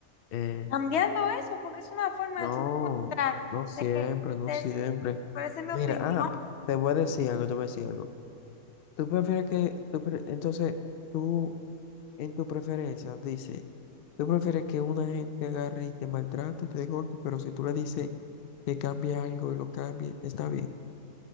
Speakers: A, on the left; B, on the left.
A: eh,
B: Cambiando eso, porque es una forma
A: no,
B: de tú demostrar
A: no siempre,
B: de que
A: no
B: te
A: siempre.
B: es- pero esa es mi
A: Mira,
B: opinión.
A: ah, te voy a decir algo, te voy a decir algo. Tú prefieres que, tú pre- entonces, tú en tu preferencia dice, tú prefieres que una gente agarre y te maltrate, te dé golpe, pero si tú le dices que cambie algo y lo cambie, está bien.